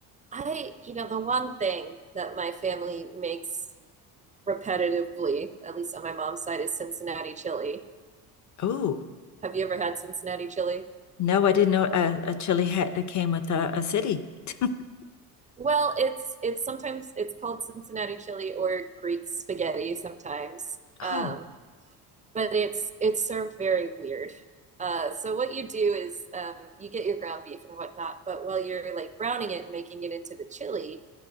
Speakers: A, on the right; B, on the left.
A: I, you know, the one thing that my family makes repetitively, at least on my mom's side, is Cincinnati chili.
B: oh.
A: Have you ever had Cincinnati chili?
B: No, I didn't know a, a chili hat that came with a, a city. <laughs>
A: Well, it's it's sometimes it's called Cincinnati chili or Greek spaghetti sometimes. Um,
B: Oh,
A: but it's it's served very weird. Uh, so what you do is um, you get your ground beef and whatnot, but while you're like browning it and making it into the chili,